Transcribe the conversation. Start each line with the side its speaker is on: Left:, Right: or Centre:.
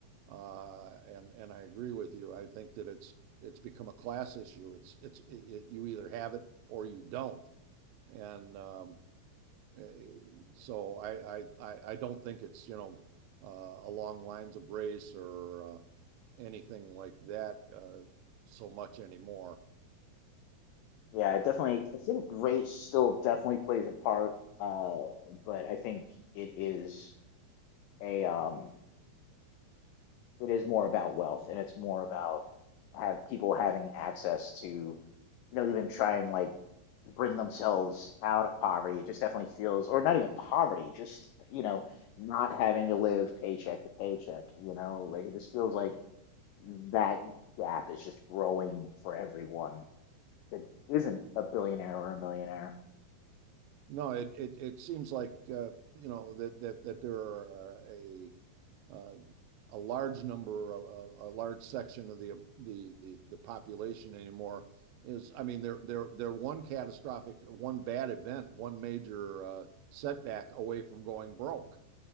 Right: Uh, and and I agree with you. I think that it's it's become a class issue. It's it's it, it, you either have it or you don't. And um, uh, so I I I I don't think it's, you know, uh, along lines of race or uh, anything like that uh, so much anymore.
Left: Yeah, it definitely. I think race still definitely plays a part, uh, but I think it is a um it is more about wealth and it's more about have people having access to you know even try and like bring themselves out of poverty it just definitely feels or not even poverty just you know not having to live paycheck to paycheck you know like it just feels like that gap is just growing for everyone that isn't a billionaire or a millionaire
Right: No, it it, it seems like uh, you know that that that there are a uh, a large number of a, a large section of the, the the the population anymore is I mean they're they're they're one catastrophic one bad event one major uh, setback away from going broke.